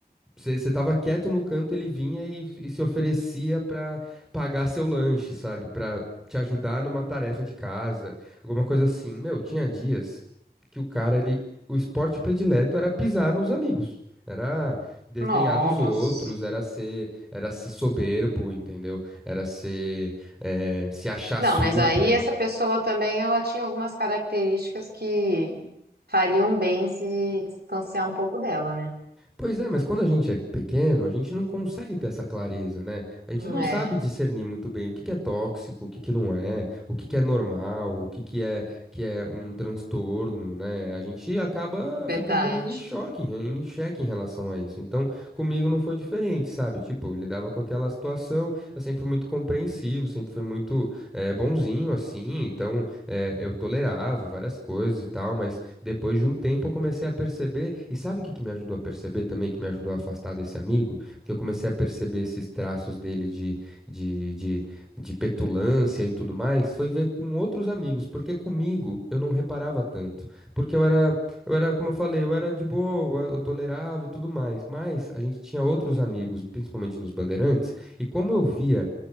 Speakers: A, in the centre; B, on the right.
A: Você tava quieto no canto, ele vinha e, e se oferecia pra pagar seu lanche, sabe? Pra te ajudar numa tarefa de casa, alguma coisa assim. Meu, tinha dias que o cara, ele. O esporte predileto era pisar nos amigos. Era desdenhar
B: Nossa.
A: dos outros, era ser, era ser soberbo, entendeu? Era ser, eh, se achar
B: Não,
A: super.
B: mas aí essa pessoa também, ela tinha algumas características que fariam bem se distanciar um pouco dela, né?
A: Pois é, mas quando a gente é pequeno, a gente não consegue ter essa clareza, né? A gente
B: Hum,
A: não
B: É,
A: sabe discernir muito bem o que que é tóxico, o que que não é, o que que é normal, o que que é que é um transtorno, né? A gente acaba
B: verdade.
A: ficando meio em choque, em em xeque em relação a isso. Então, comigo não foi diferente, sabe? Tipo, eu lidava com aquela situação, eu sempre fui muito compreensivo, sempre fui muito eh, bonzinho assim, então eh, eu tolerava várias coisas e tal, mas depois de um tempo eu comecei a perceber, e sabe o que que me ajudou a perceber também, que me ajudou a afastar desse amigo? Que eu comecei a perceber esses traços dele de, de, de, de petulância e tudo mais, foi ver com outros amigos, porque comigo eu não reparava tanto, porque eu era, eu era, como eu falei, eu era de boa, eu tolerava e tudo mais, mas a gente tinha outros amigos, principalmente nos Bandeirantes, e como eu via